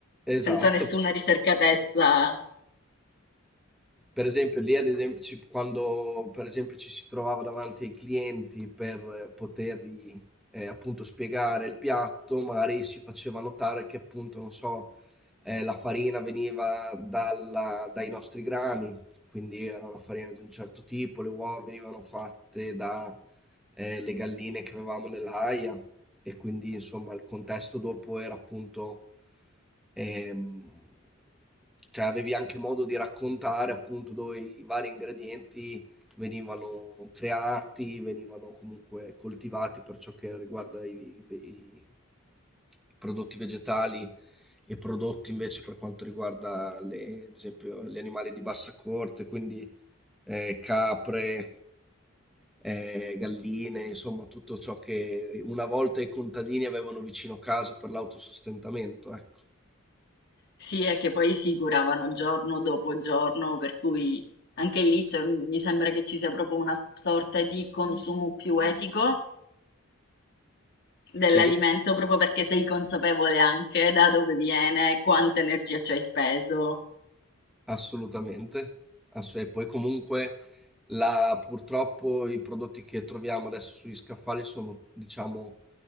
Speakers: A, in the centre; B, on the left.
A: esatto,
B: senza nessuna ricercatezza.
A: Per esempio, lì, ad esempio, ci- quando per esempio, ci si trovava davanti ai clienti per eh, potergli eh, appunto spiegare il piatto, magari si faceva notare che appunto, non so, eh, la farina veniva dalla- dai nostri grani, quindi era una farina di un certo tipo, le uova venivano fatte da eh, le galline che avevamo nell'aia e quindi insomma il contesto dopo era appunto ehm, cioè avevi anche modo di raccontare appunto dove i vari ingredienti venivano creati, venivano comunque coltivati per ciò che riguarda i, i- i- i prodotti vegetali e prodotti invece per quanto riguarda le- ad esempio gli animali di bassa corte, quindi eh, capre, eh, galline, insomma tutto ciò che una volta i contadini avevano vicino casa per l'autosostentamento, ecco.
B: Sì, è che poi si curavano giorno dopo giorno, per cui anche lì c'è- mi sembra che ci sia proprio una sorta di consumo più etico dell'alimento,
A: Sì,
B: proprio perché sei consapevole anche da dove viene, quanta energia ci hai speso.
A: assolutamente. Ass- e poi comunque La- purtroppo i prodotti che troviamo adesso sugli scaffali sono, diciamo,